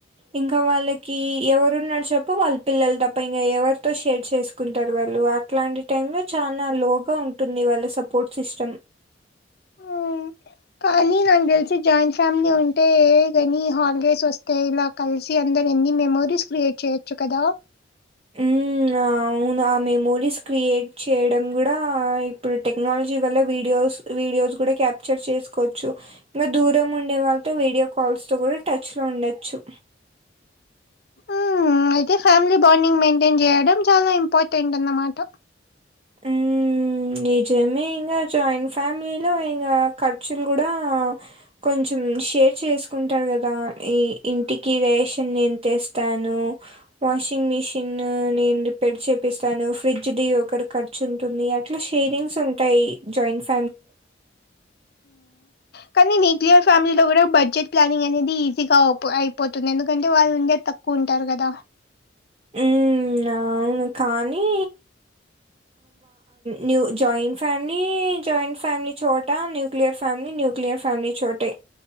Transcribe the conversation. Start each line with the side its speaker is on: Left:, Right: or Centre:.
Right: ఇంకా వాళ్ళకి ఎవరున్నారు చెప్పు వాళ్ళ పిల్లలు తప్ప ఇంకా ఎవరితో షేర్ చేసు సుకుంటారు వాళ్ళు అట్లాంటి టైమ్ లో చాలా లోగా ఉంటుంది వాళ్ళ సపోర్ట్ సిస్టమ్
Left: ఉమ్, కానీ నాకు తెలిసి జాయింట్ ఫ్యామిలీ ఉంటే కాని హాలిడేస్ వస్తే ఇల కలిసి అందరు ఎన్ని మెమోరీస్ క్రియేట్ చేయొచ్చు కద
Right: హు అ అవును ఆ మెమోరీస్ క్రియేట్ చేయడం కూడా ఇప్పుడు టెక్నాలజీ వల్ల వీడియోస్ వీడియోస్ కూడ క్యాప్చర్ చేసుకోచ్చు ఇంగ దూరం ఉండే వాళ్ళతో వీడియో కాల్స్ లో కూడ టచ్లో ఉండొచ్చు
Left: హ్మ్. అయితే ఫ్యామిలీ బాండింగ్ మెంటేన్ చేయడం చాల ఇంపార్టెంట్ అన్నమాట
Right: ఊ నిజమే ఇంగా జాయింట్ ఫ్యామిలీలో ఇంగ ఖర్చులు కూడ కొంచెం షేర్ చేసుకుంటారు కదా ఈ ఇంటికి రే నేను తేస్తాను వాషింగ్ మిషిన్ నేను రిపేర్‌ చేపిస్తాను ఫ్రిడ్జ్ది <unintelligible> ఖర్చుంటుంది అట్ల షేరింగ్స్ ఉంటాయి జాయింట్ <unintelligible>
Left: కానీ న్యూక్లియర్‌ ప్యామిలి లో కూడ బడ్జెట్ ప్లానింగ్ అనేది ఈజీగా అ అయిపోతుంది ఎందుకంటే వాళ్ళు ఉండేది తక్కువ ఉంటారు కదా
Right: ఉ అవును కానీ new joint family joint family చోట <unintelligible> లియర్ ఫ్యామిలీ న్యూక్లియర్ ఫ్యామిలీ చోటే